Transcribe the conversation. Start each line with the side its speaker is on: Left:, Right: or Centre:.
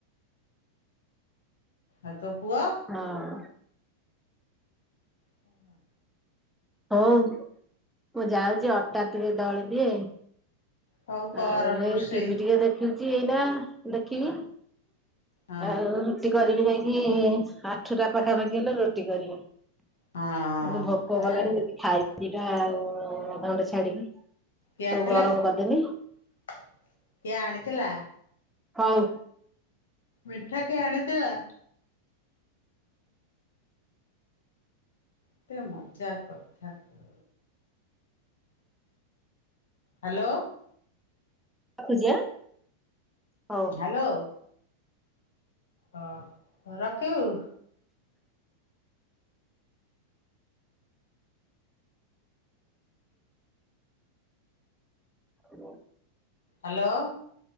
Left: ଆଉ ତୋ ପୁଅ?
Centre: ହଁ।
Left: ହୁଁ, ହୁଁ।
Centre: ହଉ ମୁଁ ଯାଉଛି ଅଟା ଟିକେ ଦଳି ଦିଏ।
Left: ହଉ କର
Centre: ଆଉ ଏଇ
Left: ରୋଷେଇ
Centre: ଟିଭିି ଟିକେ ଦେ ଦେଖୁଛି ଏଇନା ଦେଖିବି
Left: ହଁ
Centre: ଆଉ ରୁଟି କରିବି ଯାଇଁ କି ଆଠୁଟା ପାଖାପାଖି ହେଲେ ରୁଟି କରିବି,
Left: ହଁ
Centre: ମତେ ଭୋକ
Left: ଏ
Centre: କଲାଣି। ଯଦି ଖାଇବି ଦିଟା ଆଉ ଅଧଘଣ୍ଟେ ଛାଡିକି।
Left: କିଏ ଆଣିଥିଲା
Centre: ସବୁ ଗରମ
Left: କି,
Centre: କରିଦେଲି
Left: କିଏ ଆଣିଥିଲା?
Centre: ହଉ।
Left: ମିଠା କିଏ ଆଣିଥିଲା? ଏତେ ମଜା କଥା କୁ ହାଲୋ!
Centre: ରଖୁଛି ଆଁ। ହଉ।
Left: ହାଲୋ! ହଁ, ରଖିବୁ?
Centre: <unintelligible>
Left: ହାଲୋ!